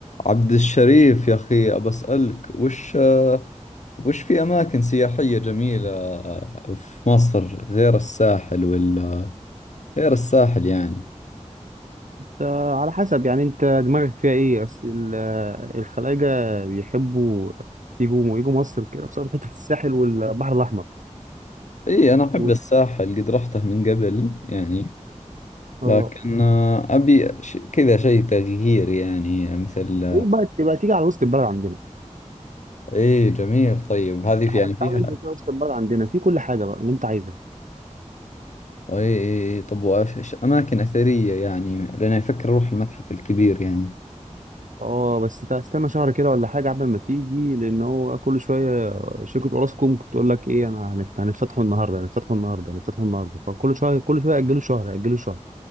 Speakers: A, on the left; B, on the right.
A: عبد الشريف يا أخي أبى أسألك وش وش في أماكن سياحية جميلة في مصر غير الساحل ولا غير الساحل يعني
B: آه، على حسب يعني انت دماغك فيها ايه اصل ال- آه، الخلايجة بيحبوا يجوا يجوا مصر كده بسبب حتة الساحل والبحر الأحمر
A: إي أنا أحب
B: و-
A: الساحل قد رحته من قبل يعني
B: اه
A: لكن أبي ش... كذا شيء تغيير يعني مثل
B: إيه بقى تبقى تيجي على وسط البلد عندنا
A: إي جميل طيب هذه في
B: تعالى
A: يعني فيها
B: تعالى انزل كده وسط البلد عندنا في كل حاجة بقى اللي انت عايزها
A: إي إي إي، طب وإيش إيش أماكن أثرية يعني لأن أفكر أروح المتحف الكبير يعني
B: اه بس تا- استنى شهر كده ولا حاجة قبل ما تيجي لأن هو كل شوية شركة اوراسكوم بتقول لك ايه انا هنفت- هنفتحوا النهاردة هنفتحوا النهاردة هنفتحوا النهاردة فكل شوية كل شوية يأجلوا شهر يأجلوا شهر